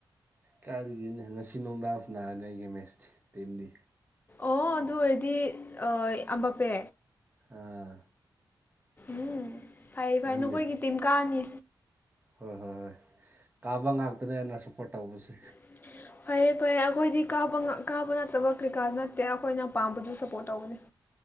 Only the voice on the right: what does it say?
ꯀꯥꯏꯗꯒꯤꯅꯦ ꯉꯁꯤ ꯅꯨꯡꯗꯥꯡ ꯁꯥꯟꯅꯔꯅꯤ ꯑꯩꯒꯤ ꯃꯦꯁꯇꯤ ꯇꯤꯝꯗꯤ
ꯑꯥ
ꯅꯪꯗꯤ
ꯍꯣꯏ ꯍꯣꯏ ꯍꯣꯏ ꯇꯥꯕ ꯉꯥꯛꯇꯅꯦ ꯑꯩꯅ ꯁꯞꯄꯣꯔꯠ ꯇꯧꯕꯁꯦ